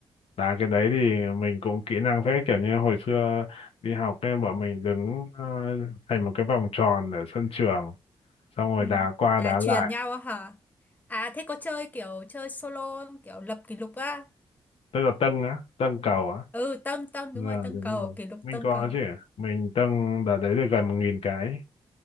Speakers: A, on the left; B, on the left.
A: đá cái đấy thì mình cũng kỹ năng phết kiểu như hồi xưa đi học em bọn mình đứng ờ, thành một cái vòng tròn ở sân trường xong rồi
B: Ừ,
A: đá qua
B: là
A: đá lại
B: truyền nhau á hả? À thế có chơi kiểu chơi solo không? kiểu lập kỷ lục á?
A: tức là dâng á dâng cầu á
B: Ừ tân tân
A: Ờ,
B: đúng rồi tân
A: đúng
B: cầu
A: rồi
B: kỷ lục
A: mình
B: tân
A: có
B: cầu.
A: chứ mình dâng đợt đấy được gần một nghìn cái